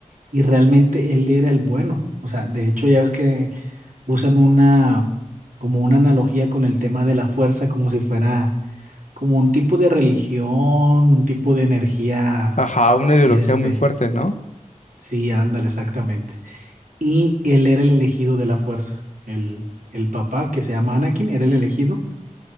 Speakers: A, on the right; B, on the left.
A: y realmente él era el bueno. O sea, de hecho ya ves que usan una, como una analogía con el tema de la fuerza, como si fuera como un tipo de religión, un tipo de energía,
B: Ajá, una ideología
A: este,
B: muy fuerte, ¿no?
A: sí, ándale, exactamente. y él era el elegido de la fuerza. El, el papá, que se llama Anakin, era el elegido,